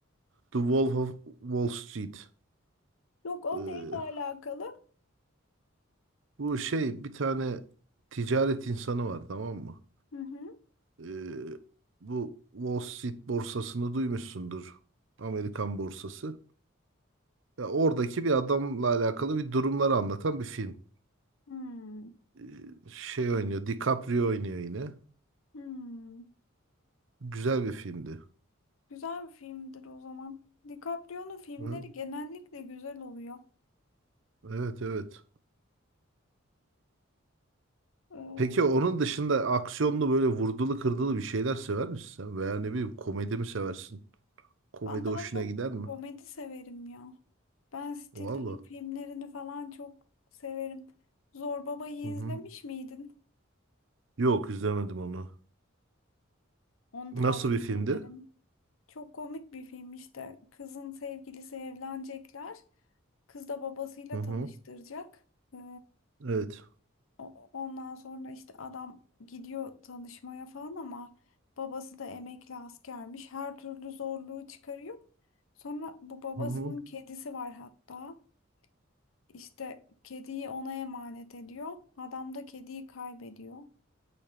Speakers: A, on the right (about 65°); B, on the left (about 80°).
A: The Wolf of Wall Street.
B: yok o
A: Ee,
B: neyle alakalı?
A: bu şey bir tane ticaret insanı var tamam mı?
B: Hı hı.
A: Ee, bu Wall Street borsasını duymuşsundur. Amerikan borsası. Ya oradaki bir adamla alakalı bir durumları anlatan bir film.
B: Hmm.
A: Ee, şey oynuyor, DiCaprio oynuyor yine.
B: Hmm.
A: Güzel bir filmdi.
B: Güzel bir filmdir o zaman. DiCaprio'nun filmleri
A: Hı?
B: genellikle güzel oluyor.
A: Evet evet.
B: Ee,
A: Peki onun dışında aksiyonlu böyle vurdulu kırdılı bir şeyler sever misin sen? Veya ne bileyim komedi mi seversin? Komedi
B: Ben daha
A: hoşuna
B: çok
A: gider mi?
B: komedi severim ya. Ben Stiller'ın
A: Valla.
B: filmlerini falan çok severim. Zor Baba'yı
A: Hı hı.
B: izlemiş miydin?
A: Yok izlemedim onu.
B: Onu
A: Nasıl
B: tavsiye
A: bir filmdi?
B: ederim. Çok komik bir film işte. Kızın sevgilisi evlenecekler. Kız da babasıyla
A: Hı hı.
B: tanıştıracak. Ee,
A: Evet.
B: o- ondan sonra işte adam gidiyor tanışmaya falan ama babası da emekli askermiş. Her türlü zorluğu çıkarıyor. Sonra bu babasının
A: Hı hı.
B: kedisi var hatta. İşte kediyi ona emanet ediyor. Adam da kediyi kaybediyor.